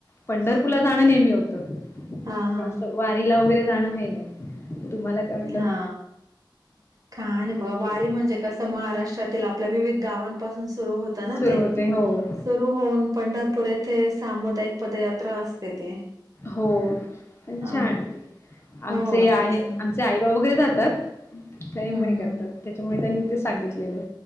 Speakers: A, on the left (about 30°); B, on the right (about 45°).
A: पंढरपूरला जाणं नेहमी होतं,
B: हा हा
A: पण असंऽ वारीला वगैरे जाणं हे नाही,, तुम्हाला काय वाटलं
B: हा. काय नाही बघा,,
A: बाकी
B: वारी म्हणजे कसं महाराष्ट्रातील आपल्या विविध गावां पासून सुरू होत ना
A: सुरू
B: ते.
A: होते हो
B: सुरू होऊन पंढरपूर येथे सामुदायिक पदयात्रा असते ती.
A: हो,, पण
B: हा
A: छान ते,
B: हो
A: आमचे आहे,
B: तेच ना
A: आमचे आई बाबा वगैरे जातात. ते
B: हम्म
A: मा
B: हम्म
A: करतात, त्याच्यामुळे त्यांनी ते सांगितलेलं.